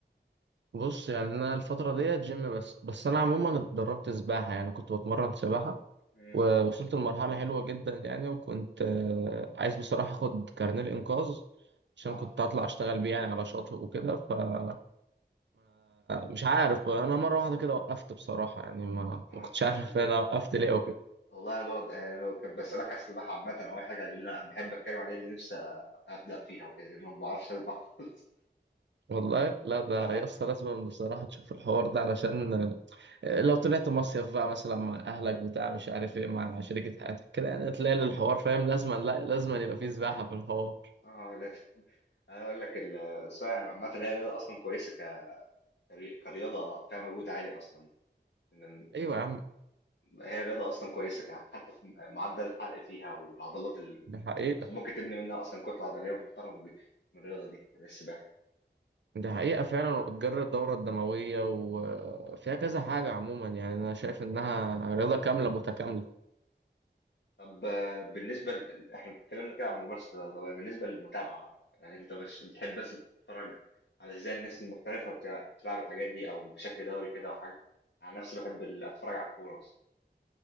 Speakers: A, on the right (about 75°); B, on the left (about 65°).
A: بص يعني انا الفتره ديت جيم بس بس انا عموما اتدربت سباحه يعني كنت بتمرن سباحه
B: مم،
A: ووصلت لمرحله حلوه جدا يعني وكنت آه، عايز بصراحه اخد كارنيه الانقاذ عشان
B: اه
A: كنت هطلع اشتغل بيه يعني على شاطئ وكده فما مش عارف بقى انا مره واحده كده وقفت بصراحه يعني ما
B: اه
A: ما كنتش عارف انا وقفت ليه
B: والله انا برضه يعني انا كنت بسالك على السباحه عامه او اي حاجه اللي انا بحب اتكلم عليها اللي نفسي ابدا فيها وكده لان أنا ما بعرفش اسبح خالص
A: والله
B: <laughs>
A: لا ده
B: اه
A: يا اسطى لازم بصراحة تشوف الحوار ده علشان آه، لو طلعت مصيف بقى مثلا مع أهلك بتاع مش عارف إيه مع شركة حياتك كده يعني تلاقي
B: اه
A: الحوار فاهم لازم لا لازم يبقى فيه سباحة في الحوار
B: آه، لا انا اقول لك ال- السباحه عامه هي رياضه اصلا كويسه ك- كري- كرياضه فيها مجهود عالي اصلا إن-
A: أيوة يا عم
B: هي رياضه اصلا كويسه ك- حتى في معدل الحرق فيها والعضلات اللي
A: دي حقيقة
B: ممكن تبني منها اصلا كتله عضليه محترمه بي- من الرياضه دي السباحه
A: دي حقيقة فعلا وبتجري الدورة الدموية وفيها كذا حاجة عموما يعني أنا شايف إنها رياضة كاملة متكاملة
B: طب آه، بالنسبة ل... احنا اتكلمنا كده عن ممارسة الرياضة طب بالنسبة للمتابعة بقى، يعني انت مش بتحب بس تتفرج على ازاي الناس المحترفة بتع- بتلعب الحاجات دي او بشكل دوري كده او حاجة عن نفسي بحب ال- اتفرج على الكورة مثلا